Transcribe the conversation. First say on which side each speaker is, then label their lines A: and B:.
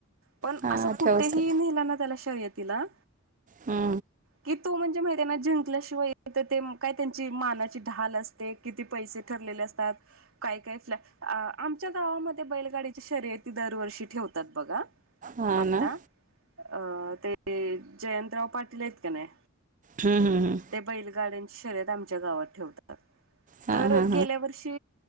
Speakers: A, on the right; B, on the right.
A: पण
B: हां
A: असं कुठेही
B: ठेवते
A: नेला नाही त्याला शर्यतीला.
B: हा.
A: कि तो म्हणजे माहि त्यांना जिंकल्याशिवाय येत ते काय त्यांचि माना. ढाल असते किती पैसे ठरलेले असतात काय काय फ्लॅ अ आमच्या गावामध्ये बैलगाडीच्या शर्यती दरवर्षी. ठेवतात बघा
B: हा
A: आता
B: ना
A: अ ते जयंत पाटील. नाही
B: हम्म हम्म हम्म
A: ते बैलगाड्यांची शर्यत आमच्या गावात ठेवतात.
B: हा
A: तर
B: हा
A: गेल्या वर्षी